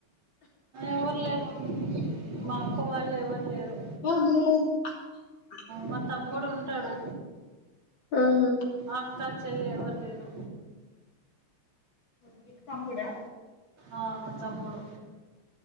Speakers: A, on the right; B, on the left.
A: ఎవరు లేరు మా త్త వాళ్ళు ఎవరు లేరు
B: ఆహా <inaudible>
A: మా తమ్ముడు ఉంటాడు
B: ఆహా
A: అక్క చెల్లి ఎవరు లేరు
B: మీ తమ్ముడా
A: ఆ మా తమ్ముడు